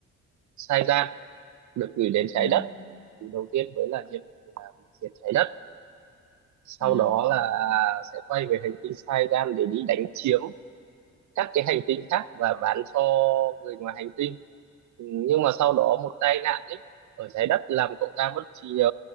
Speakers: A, on the right (about 70°); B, on the left (about 35°).
A: sai gian được gửi đến trái
B: ừ
A: đất thì đầu tiên với là nhiệm vụ là diệt trái đất sau
B: ừ ừ
A: đó là sẽ quay về hành tinh sai gian để đi đánh chiếm các cái hành tinh khác và bán cho người ngoài hành tinh Ừ, nhưng mà sau đó một tai nạn ấy ở trái đất làm cậu ta mất trí nhớ